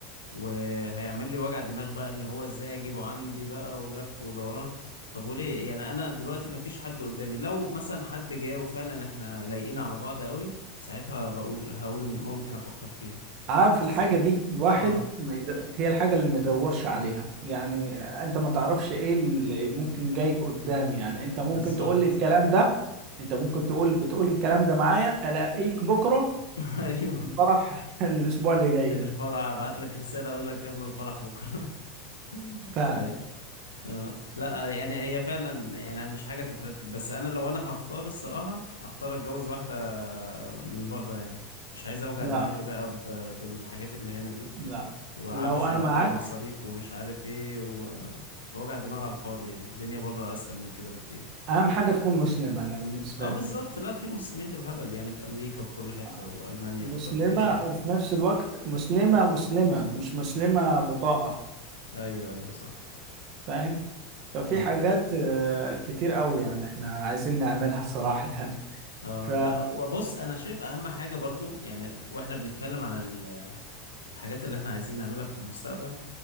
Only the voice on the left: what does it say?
وهيعمل لي وجع دماغ بقى اللي هو إزاي أجيبه عندي بقى ولف ودوران طب وليه يعني أنا دلوقتي مفيش حد قدامي لو مثلا حد جاي وفعلا إحنا لايقين على بعض أوي ساعتها بقول هقول ممكن أفكر فيها
بس
اه
بالظبط
<laughs> ايوه
الفرح ابعت لك رسالة اقول لك يلا الفرح بكرة <laughs>
اي اه لا يعني هي فعلا يعني مش حاجة تترتب بس انا لو انا هختار الصراحة هختار اتجوز واحدة من بره يعني مش عايز اوجع
دماغي بقى ب... بالحاجات اللي هنا دي
وعفش
بقى
ومصاريف ومش عارف ايه و... وجع دماغ على الفاضي يعني الدنيا بره اسهل من كده بكتير
اه بالظبط
لا في مسلمين بالهبل يعني في امريكا وفي كل حتة
والمانيا
في, كل... في اي حتة
ايوه ايوه صح
اه
اه
لا وبص انا شايف اهم حاجه برضو يعني واحنا بنتكلم عن ال- الحاجات اللي احنا عايزين نعملها في المستقبل